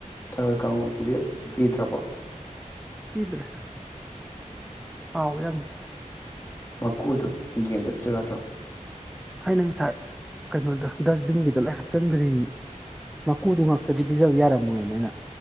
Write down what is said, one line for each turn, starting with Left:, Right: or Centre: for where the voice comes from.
Left: ꯊꯔꯣꯏ ꯀꯥꯉꯧꯗꯨꯗꯤ ꯄꯤꯗꯔ꯭ꯕꯣ
Centre: <unintelligible>
Left: ꯃꯀꯨꯗꯨ ꯌꯦꯟꯗ ꯄꯤꯖꯣ ꯌꯥꯗꯔꯣ
Centre: ꯑꯩꯅꯥ ꯉꯥꯁꯥꯏ ꯀꯩꯅꯣꯗ ꯗꯨꯁꯕꯤꯟꯒꯤꯗ ꯂꯣꯏꯟ ꯍꯄꯆꯤꯅꯒꯔꯤꯃꯤ ꯃꯥꯀꯨꯗꯨ ꯉꯥꯛꯇꯗꯤ ꯄꯤꯖꯕ ꯌꯔꯃꯣꯏꯟ ꯂꯣꯏꯅ